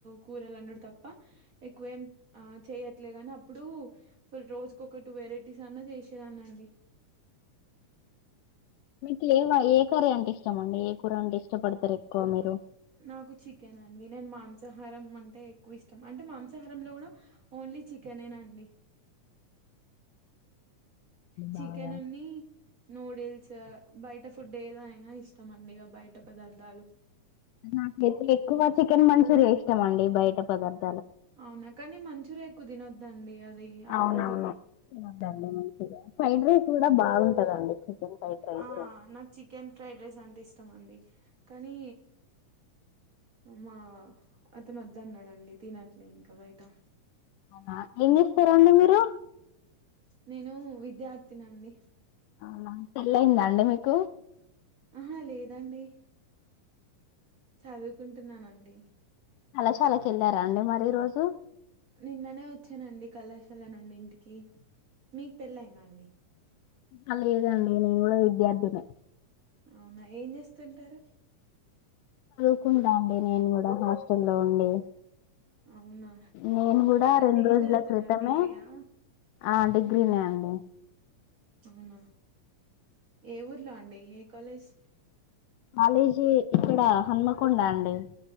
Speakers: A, on the right (about 80°); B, on the left (about 85°).
A: కూరలందుడు తప్ప ఎక్కువ ఏం ఆ చేయ్య ట్లే కని అప్పుడు రోజుకు ఒక టూ వెరైటీస్ అన్నా చేసేదాన్ని అండి
B: మీకు ఏం ఏ కర్రీ అంటే ఇష్టమండి ఏ కూర అంటే ఇష్టపడతారు ఎక్కువ మీరు
A: నాకు చికెన్ అండి నేను మాంసాహారం అంటే ఎక్కువ ఇష్టం అంటే మాంసాహారంలో కూడా ఓ ఓన్లీ చికెనేనా అండి చికెన్
B: బాగా
A: ఉన్ని నూడిల్స్ బయట ఫుడ్ ఏదయినా ఇష్టం అండి ఇక బయట పదార్థాలు
B: నాకైతే ఎక్కువ చికెన్ మంచూరియా ఇష్టం అండి బయట పదార్థం
A: అవునా కానీ మంచురియా ఎక్కువ తినొద్దండి అది అరగదు
B: అవునవునుద్దండి మంచిగా ఫ్రైడ్ రైస్ కూడా బాగుంటదండి చికెన్ ఫ్రైడ్ రైస్
A: ఆ నాకు చికెన్ ఫ్రైడ్ రైస్ అంటే ఇష్టం అండి కానీ మా అతను వద్ద అన్నాడండి తినట్లే ఇంకా బయట
B: అవునా ఏం చేస్తారాండి మీరు
A: నేను విద్యార్థినండి
B: అవునా పెళ్లి అయింద అండి మీకు
A: ఆహా లేదండి చదువుకుంటున్నానండి
B: కళాశాలకీ వెళ్ళారా అండి మరి ఈ రోజు
A: నిన్ననే వచ్చానండి కళాశాల నుండి ఇంటికి మీకు పెళ్ళి అయిందా అండి
B: ఆ లేద్ అండి నేన్ కూడా విద్యార్థినే
A: అవునా ఏం చేస్తుంటారు
B: చదుకుంట అండి నేను కూడా హాస్టల్లో ఉండి
A: అవునా
B: నేను కూడా
A: అంటే
B: రెండు
A: ఏం
B: రోజుల
A: చదువుతున్నారు
B: క్రితమే
A: డిగ్రీయా
B: అండి గ్రీ నే అండి
A: అవునా ఏ ఊర్లో అండి ఏ కాలేజ్
B: కాలేజీ ఇక్కడా హన్మకొండ అండి